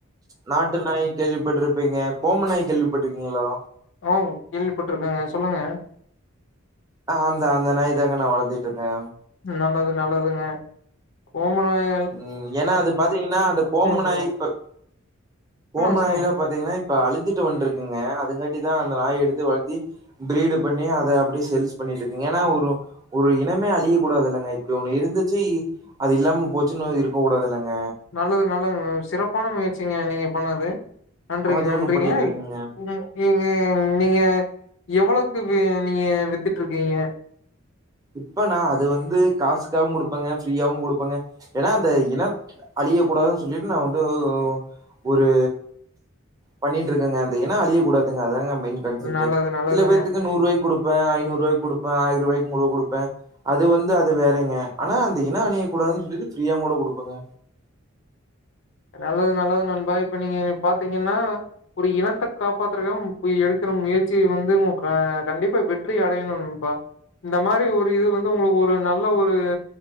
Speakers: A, on the right (about 20°); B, on the left (about 60°).
A: நாட்டு நாய் கேள்விப்பட்ருப்பீங்க கோமநாய் கேள்விப்பட்ருக்கீங்ளோ
B: ஓ கேள்விப்பட்ருக்கேங்க சொல்லுங்க
A: ஆ அந்த அந்த நாய் தாங்க நா வளத்துட்ருக்கே
B: நல்லது நல்லதுங்க ஓம்ம நாய
A: ம் ஏன்னா அது பாத்தீங்கன்னா அந்த கோமநாய்
B: சொல்லுங்க
A: இப்ப கோமநாயலா
B: சொல்லுங்க சொல்லுங்க
A: பத் த்தீங்கனா இப்ப அழி்ஞ்சிட்டு வந்ட்ருக்குங்க அதுங்காட்டி தா அந்த நாய் எடுத்து வளத்தி ப்ரீடு பண்ணி அத அப்டியே சேல்ஸ் பண்ணிட்ருக்குங் ஏன்னா ஒரு ஒரு இனமே அழிய கூடாது இல்லங்க இப்டி ஒண்ணு இருந்துச்சி அது இல்லாம போத் ற்றுநோய் இருக்க கூடாது இல்லங்க
B: நல்லது நல்லதுங்க சிறப்பான முயற்சிங்க நீங்க பண்ணது நன்றிங்க
A: அது
B: நன்றிங்கய்
A: ஒண்ணு பண்ணிட்ருக்குங்க
B: <unintelligible> ஈங்க நீங்க எவ்வளக்கு வே நீங்க வித்துட்ருக்கீங்க
A: இப்பனா அது வந்து காசுக்காவு குடுப்பங்க ஃப்ரீயாவு குடுப்பங்க ஏனா அந்த இனப் அழிய கூடாதுன் சொல்லிட்டு நா வந்துவ் ஒரு பண்ணிட்ருக்கங்க அந்த இன அழியக் கூடாதுங்க அதாங்க மெய்ன் கன்செப்ட்டு
B: நல்லது நல்லதுங்க
A: சில பேத்துக்கு நூர்வய் குடுப்பே ஐநூறுவாய் குடுப்பே ஆய் ருவாய் உங்குளு குடுப்பே அது வந்து அது வேறங்க ஆனா அந்த இன அணியக் கூடாதுன் சொல்லிட்டு ஃப்ரீயாங் கூட குடுப்பங்க
B: நல்லது நல்லது நண்பா இப்ப நீங்க பாத்தீங்கன்னா ஒரு இனத்த காப்பாத்துறுக்கம் போய் எடுக்குற முயற்சி வந்து மோ கா கண்டிப்பா வெற்றி அடையணும் பா இந்த மாரி ஒரு இது வந்து உங்களுக் ஒரு நல்ல ஒரு